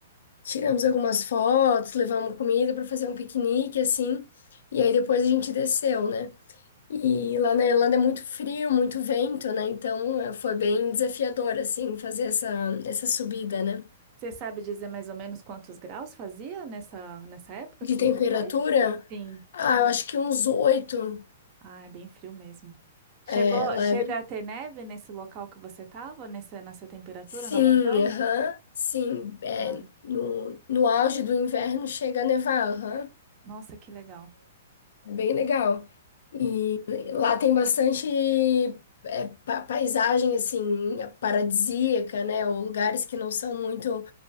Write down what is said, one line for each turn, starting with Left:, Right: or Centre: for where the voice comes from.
Left: tiramos algumas fotos, levamos comida para fazer um piquenique, assim, e aí depois a gente desceu, né? E lá na Irlanda é muito frio, muito vento, né? Então eh, foi bem desafiador, assim, fazer essa, essa subida, né?
Right: Você sabe dizer mais ou menos quantos graus fazia nessa, nessa época
Left: De
Right: que você
Left: temperatura.
Right: foi? Sim.
Left: Ah, eu acho que uns oito
Right: Ah, é bem frio mesmo. Chegou,
Left: é, level.
Right: chega a ter neve nesse local que você estava, nessa, nessa temperatura,
Left: Sim,
Right: na montanha?
Left: aham. Sim, é,
Right: Ah,
Left: no, no auge do inverno chega a nevar, aham.
Right: nossa, que legal.
Left: É bem legal. E lá tem bastante é, pa- paisagem, assim, paradisíaca, né? Ou lugares que não são muito